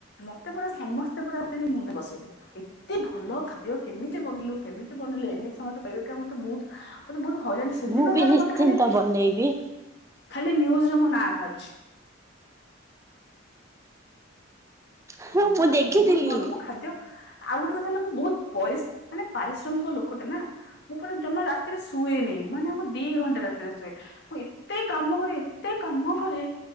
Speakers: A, on the left (about 60°); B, on the right (about 15°).
A: ମତେ ପୁରା ସମସ୍ତେ ପୁରା ଆ ମୁଣ୍ଡ ବସେଇଦେଲେ। ଏତେ ଭଲ ଖାଦ୍ୟ କେମିତି ବନେଇଲୁ କେମିତି ବନେଇଲୁ ଏମିତି ସମସ୍ତେ କହିବେ କାରଣ ମତେ ବହୁତ ମତେ ବହୁତ ହଇରାଣ ସେଦିନ
B: ମୁଁ ବି
A: ଠାରୁ
B: ନିଶ୍ଚିନ୍ତ
A: ମତେ ଖାଲି
B: ବନେଇବି
A: ଖାଲି ନିୟୁଜ୍ ରେ ମୋ ନାଁ ବାହାରୁଛି।
B: ହଁ
A: ହଁମ
B: ମୁଁ ଦେଖିଥିଲି।
A: ବହୁତ ଭଲ ମୋ ଖାଦ୍ୟ ଆଉ ଗୋଟେ କଥା ହେଲା ମୁଁ ବହୁତ ପରିସ୍ ମାନେ ପାରିଶ୍ରମିକ ଲୋକଟେ ନା। ମୁଁ ପୁରା ଜମା ରାତିରେ ଶୁଏନି ମାନେ ମମ ଦି ଘଣ୍ଟା ରାତିରେ ଶୁଏ। ମୁଁ ଏତେ କାମ କରେ ଏତେ କାମ କରେ